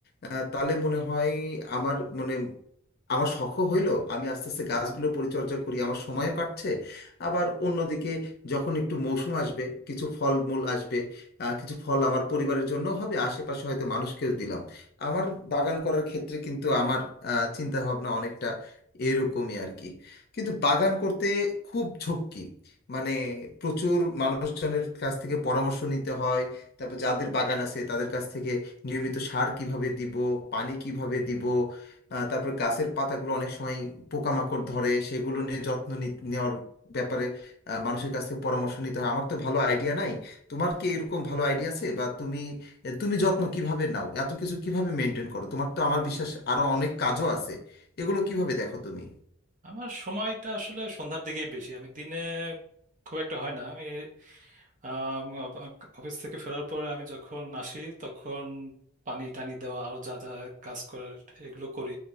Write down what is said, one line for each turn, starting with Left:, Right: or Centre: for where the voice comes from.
Left: আহ, তাহলে মনে হয় আমার মনে আমার শখও হইলো আমি আস্তে আস্তে গাছগুলো পরিচর্যা করি আমার সময়ও কাটছে আবার অন্যদিকে যখন একটু মৌসুম আসবে কিছু ফলমূল আসবে আহ, কিছু ফল আমার পরিবারের জন্য হবে আশেপাশে হয়তো মানুষকেও দিলাম আমার বাগান করার ক্ষেত্রে কিন্তু আমার আহ, চিন্তা ভাবনা অনেকটা এরকমই আর কি কিন্তু বাগান করতে খুব ঝক্কি মানে প্রচুর মানুষজনের কাছ থেকে পরামর্শ নিতে হয় তারপর যাদের বাগান আছে তাদের কাছ থেকে নিয়মিত সার কিভাবে দিব পানি কিভাবে দিব আহ, তারপর গাছের পাতাগুলো অনেক সময় পোকামাকড় ধরে সেগুলো নিয়ে যত্ন নি- নেওয়ার ব্যাপারে আহ, মানুষের কাছ থেকে পরামর্শ নিতে হয় আমার তো ভালো আইডিয়া নাই তোমার কি এরকম ভালো আইডিয়া আছে বা তুমি তুমি যত্ন কিভাবে নাও এত কিছু কিভাবে মেনটেন করো তোমার তো আমার বিশ্বাস আরো অনেক কাজও আছে এগুলো কিভাবে দেখো তুমি
Right: আমার সময়টা আসলে সন্ধ্যার দিকেই বেশি আমি দিনে খুব একটা হয় না আমি আম, অফ- অফিস থেকে ফেরার পরে আমি যখন আসি তখন পানি টানি দেওয়া আরো যা যা কাজ করার এগুলো করি